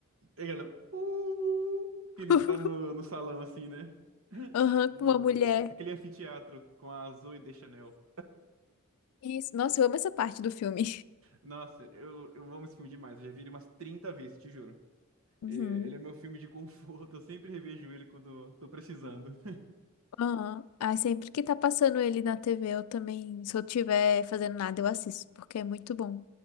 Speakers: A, on the right; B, on the left.
A: É aquela, "Uh", que ele
B: <laughs>
A: tá no, no salão assim, né? <laughs>
B: Aham,
A: No,
B: com uma mulher.
A: naquele anfiteatro com a Zoe Deschanel.
B: Isso. Nossa, eu amo essa parte do filme.
A: Nossa, eu, eu amo esse filme demais. Eu já vi ele umas 30 vezes, te juro.
B: Uhum.
A: É, Ele é meu filme de conforto, eu sempre revejo ele quando tô precisando.
B: <laughs> Aham. Ah, sempre que tá passando ele na TV, eu também, se eu tiver fazendo nada, eu assisto, porque é muito bom.